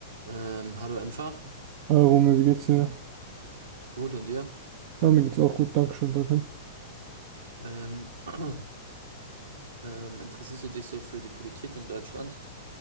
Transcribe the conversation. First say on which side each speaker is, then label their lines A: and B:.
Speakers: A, on the right; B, on the right.
A: Ähm, hallo Enfa,
B: Hallo Romeo, wie geht's dir?
A: gut und dir?
B: Ja, mir geht's auch gut, Dankeschön, danke.
A: Ähm, <clears throat> ähm, interessierst du dich so für die Politik in Deutschland?